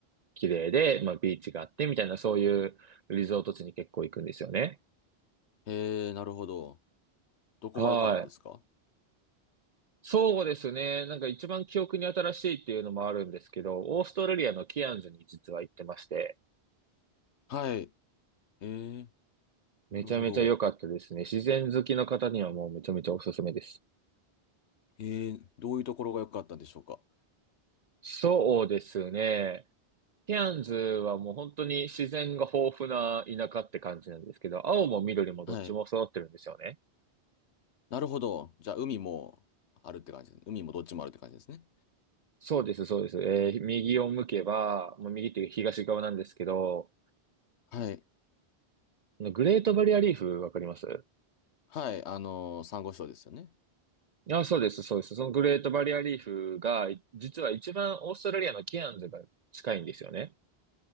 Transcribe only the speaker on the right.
綺麗で、まあ、ビーチがあってみたいな、そういうリゾート地に結構行くんですよね。
はい。そうですね。なんか一番記憶に新しいっていうのもあるんですけど、オーストラリアのキアンズに実は行ってまして、
めちゃめちゃ良かったですね。
自然好きの方にはもうめちゃめちゃおすすめです。
そうですね。キアンズはもう本当に自然が豊富な田舎って感じなんですけど、青も緑もどっちも揃ってるんですよね。
そうです、そうです。えー右を向けば、もう右っていう東側なんですけど、
あのグレートバリアリーフわかります
あ、そうです、そうです。そのグレートバリアリーフが、実は一番オーストラリアのケアンズが近いんですよね。